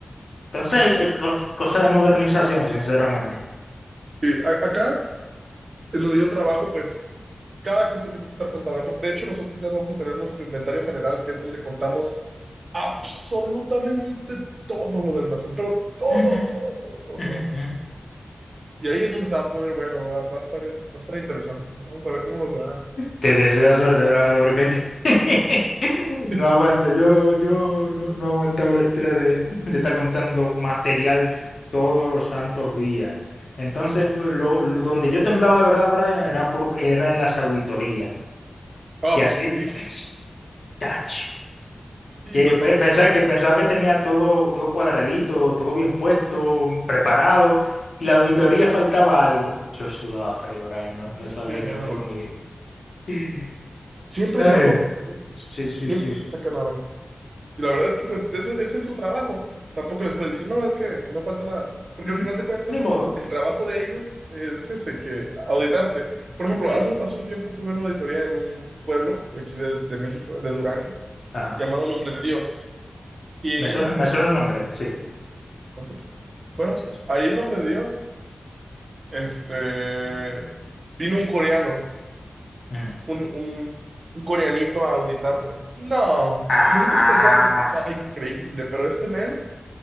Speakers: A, on the left (about 80°); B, on the right (about 75°).
A: Entonces,
B: <laughs> Sí,
A: eh, eh, co- cosa de modernización, sinceramente.
B: sí, a- acá nos dio trabajo, pues cada cosa tiene que estar contada. De hecho, nosotros ya vamos a tener nuestro inventario general, que es donde contamos absolutamente todo lo del almacén, pero todo,
A: Ujú,
B: todo, todo, todo,
A: ujú,
B: todo, todo.
A: ujú.
B: todo. Y ahí es donde se va a poner, bueno, va, va a estar, va a estar interesante. Vamos a ver cómo nos va.
A: Te deseo suerte, bravo, porque <laughs>
B: <laughs>
A: no aguanto. Yo, yo no, no aguantaba el estrés de, de estar contando material todos los santos días. Entonces, lo, lo- donde yo temblaba de verdad, Brian, era, por, era en las auditorías.
B: Oh,
A: Que así,
B: sí.
A: que, es- chacho,
B: Y
A: que
B: las
A: pe-
B: auditorías,
A: pensaba, que pensaba que tenía todo, todo cuadradito, todo bien puesto, preparado, y la auditoría faltaba algo. Yo sudaba frío, Brian, no, no
B: siempre
A: sabía
B: hay
A: qué
B: algo,
A: hacer con mi vida. <laughs>
B: siempre
A: Ay,
B: hay algo, siempre,
A: sí, sí,
B: siempre
A: sí, sí.
B: te sacan algo. Y la verdad es que pues de eso, ese es su trabajo. Tampoco les puedes decir, no, es que no falta nada. Porque
A: Mm,
B: al final de cuentas,
A: Ni modo.
B: el trabajo de ellos es ese, que auditarte. Por ejemplo,
A: Sí.
B: hace, hace un tiempo tuve una auditoría en un pueblo de aquí de, de México, de Durango,
A: Ajá.
B: llamado Nombre de Dios. Y ahí
A: Me suena,
B: en Nombre
A: me
B: de
A: suena
B: Dios,
A: el nombre, ¿eh? sí.
B: no sé. Bueno,
A: Sí, sí.
B: ahí en Nombre de Dios, este, vino un coreano
A: Ujú.
B: un, un, un coreanito a auditarnos. No,
A: Ah.
B: nosotros pensábamos que estaba increíble, pero este men,